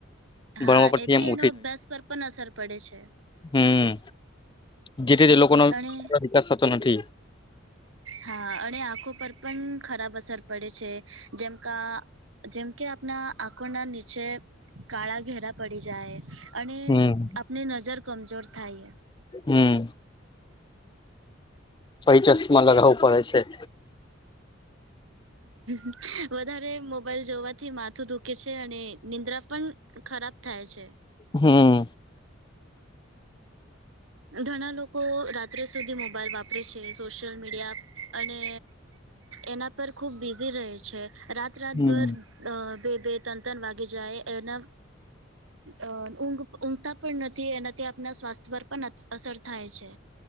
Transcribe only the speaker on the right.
હા.
એથી
એનો અભ્યાસ પર પણ અસર પડે છે.
અને
હા, અને આંખો પર પન ખરાબ અસર પડે છે, જેમ કા જેમ કે આપના આંખોના નીચે કાળા ઘેરા પડી જાય, અને
આપની નજર કમજોર થાય એ
<inaudible> વધારે મોબાઈલ જોવાથી માથું દુખે છે, અને નિંદ્રા પણ ખરાબ થાય છે.
ધણા લોકો રાત્રે સુધી મોબાઈલ વાપરે છે, સોશિયલ મીડિયા અને એના પર ખુબ બિઝી રહે છે, રાત-રાત
ભર અહ બે-બે તન-તન વાગી જાય એના અહ ઊંઘ ઊંઘતા પણ નથી, એનાથી આપના સ્વાસ્થ પર પણ અ અસર થાય છે.